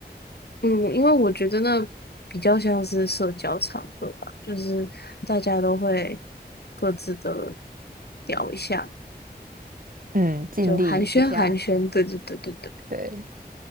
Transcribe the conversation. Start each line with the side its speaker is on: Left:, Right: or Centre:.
Left: 嗯，因为我觉得那比较像是社交场合吧，就是大家都会各自的聊一下，
Right: 嗯，尽力一下。
Left: 就寒暄寒暄。对对对对对。
Right: 对，